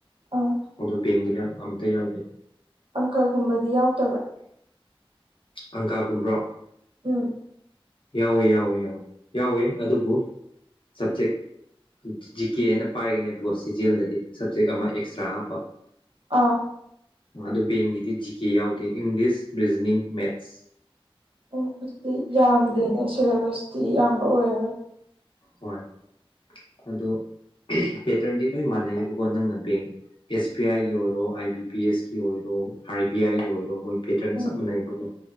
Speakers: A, on the right (about 70°); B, on the left (about 60°).
A: ꯑꯥ
B: ꯑꯗꯨ ꯕꯦꯡꯒꯤꯗ ꯑꯝꯇ ꯌꯥꯎꯗꯦ
A: ꯑꯪꯀꯜꯒꯨꯝꯕꯗꯤ ꯌꯥꯎꯗꯕ꯭ꯔꯥ
B: ꯑꯪꯒꯥꯒꯨꯝꯕ꯭ꯔꯣ
A: ꯎꯝ
B: ꯌꯥꯎꯋꯦ ꯌꯥꯎꯋꯤ ꯌꯥꯎꯋꯤ ꯌꯥꯎꯋꯦ ꯑꯗꯨꯕꯨ ꯁꯞꯖꯦꯛ ꯖꯤ ꯀꯦ ꯍꯥꯏꯅ ꯄꯥꯏꯒꯅꯦꯕꯀꯣ ꯁꯤꯖꯤꯦꯜꯗꯗꯤ ꯁꯞꯖꯦꯛ ꯑꯃ ꯑꯦꯛꯁꯇ꯭ꯔꯥ ꯍꯥꯞꯄ
A: ꯑꯥ
B: ꯑꯗꯨ ꯕꯦꯡꯒꯤꯗꯤ ꯖꯤ ꯀꯦ ꯌꯥꯎꯗꯦ ꯏꯪꯂꯤꯁ ꯔꯤꯖꯅꯤꯡ ꯃꯦꯠꯁ
A: ꯎ ꯑꯗꯨꯗꯤ ꯌꯥꯝꯗꯦꯅꯦ ꯁꯤꯦꯂꯦꯕꯁꯇꯤ ꯌꯥꯝꯌꯥꯝꯕ ꯑꯣꯏꯔꯔꯣꯏ
B: ꯍꯣꯏ ꯑꯗꯣ ꯄꯦꯇꯔꯟꯗꯤ ꯂꯣꯏ ꯃꯥꯟꯅꯩꯑꯕꯀꯣ ꯅꯪꯅ ꯕꯦꯡ ꯑꯦꯁ ꯕꯤ ꯑꯥꯏꯒꯤ ꯑꯣꯏꯔꯣ ꯑꯥꯏ ꯕꯤ ꯄꯤ ꯑꯦꯁ ꯀ ꯑꯣꯏꯔꯣ ꯑꯥꯔ ꯕꯤ ꯑꯥꯏꯒꯤ ꯑꯣꯏꯔꯣ ꯃꯣꯏ ꯄꯦꯇꯔꯟ
A: ꯎꯝ
B: ꯆꯞ ꯃꯥꯟꯅꯩꯕꯒꯣ